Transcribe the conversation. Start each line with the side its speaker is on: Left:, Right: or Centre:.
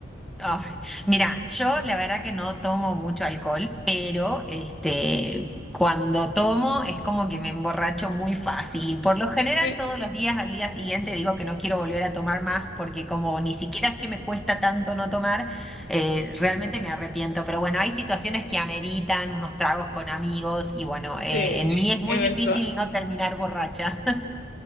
Centre: Ah, mira, yo la verdad que no tomo mucho alcohol, pero este, cuando tomo es como que me emborracho muy fácil. Y Por lo general,
Left: Sí,
Centre: todos los días al día siguiente digo que no quiero volver a tomar más porque como ni siquiera es que me cuesta tanto no tomar, eh, realmente me arrepiento. Pero bueno, hay situaciones que ameritan unos tragos con amigos y bueno, eh,
Left: sí,
Centre: en mí es muy
Left: eventual.
Centre: difícil no terminar borracha. <laughs>